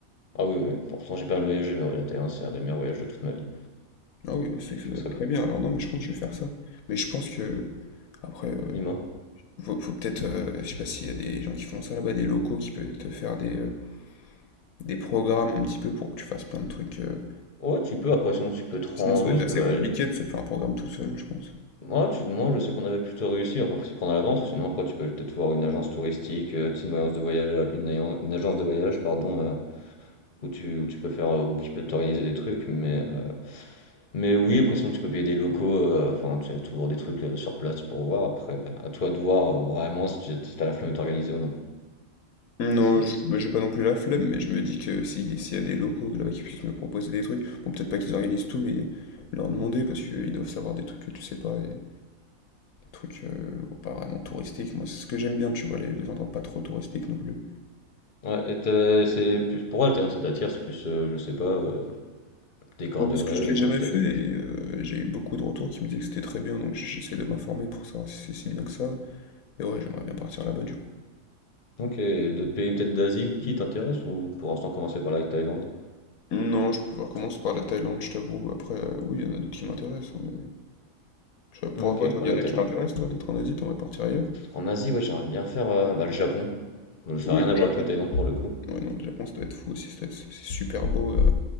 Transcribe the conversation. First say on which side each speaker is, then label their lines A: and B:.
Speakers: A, on the left; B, on the left.
A: Ah oui, oui, pourtant j'ai pas mal voyagé, mais ouais, la Thaïlande, c'est un des meilleurs voyages de toute ma vie.
B: Ah oui, bah, c'est que ça
A: Je
B: doit
A: serais
B: être très
A: pas-
B: bien. Alors non, mais je pense que je vais faire ça. Mais je pense que, après, euh,
A: Dis-moi.
B: faut, faut peut-être, euh, je sais pas s'il y a des gens qui font ça là-bas, des locaux qui peuvent te faire des, euh, des programmes un petit peu pour que tu fasses plein de trucs. euh.
A: Ouais, tu peux, après, sinon, tu peux te rendre,
B: Sinon, ça doit être
A: oui, tu
B: assez
A: peux, bah,
B: compliqué de se faire un programme tout seul, je pense.
A: Moi, tu, moi, je sais qu'on avait plutôt réussi. Après, faut s'y prendre à l'avance. Sinon, après, tu peux peut-être voir une agence touristique, euh, tu sais, une voyance de voyage, euh, une, ayan- une agence de voyage, pardon, euh, où tu, où tu peux faire, euh, ou qui peut t'organiser des trucs. Mais, euh, mais oui, après, sinon, tu peux payer des locaux. euh, Enfin, tu as toujours des trucs euh, sur place pour voir. Après, à toi de voir euh, vraiment si tu si t'as la flemme de t'organiser ou non.
B: Non,
A: C'est,
B: je-
A: c'est...
B: bah, j'ai pas non plus la flemme, mais je me dis que si, s'il y a des locaux là-bas qui puissent me proposer des trucs, bon, peut-être pas qu'ils organisent tout, mais leur demander, parce qu'ils doivent savoir des trucs que tu sais pas, et des trucs euh, bon, pas vraiment touristiques. Moi, c'est ce que j'aime bien, tu vois, les, les endroits pas trop touristiques non plus.
A: Ouais, et t'as- c'est plus pour elle, t'as- ça t'attire, c'est plus, euh, je sais pas, euh, décor
B: Bon, parce
A: de rêve,
B: que je l'ai
A: y a
B: jamais
A: quoi qui t'attire.
B: fait, et euh, j'ai eu beaucoup de retours qui me disaient que c'était très bien, donc j'essaie de m'informer pour savoir si c'est si bien que ça. Et ouais, j'aimerais bien partir là-bas du coup.
A: Ok, et d'autres pays peut-être d'Asie qui t'intéressent ou pour l'instant commencer par la Thaïlande?
B: Non, je pourrais commencer par la Thaïlande, je t'avoue. Après, euh, oui, il y en a d'autres qui m'intéressent, hein, mais je sais pas pourquoi
A: OK,
B: toi,
A: ouais,
B: il y
A: la
B: en a
A: Thaïlande.
B: qui t'intéressent, toi, d'autres en Asie, t'aimerais partir ailleurs?
A: En Asie, ouais, j'aimerais bien faire euh, bah, le Japon. Donc, ça
B: Oui,
A: n'a rien
B: le
A: à voir
B: Japon.
A: avec la Thaïlande pour le coup.
B: Ouais, non, le Japon, ça doit être fou aussi, ça doit être- c'est super beau. euh,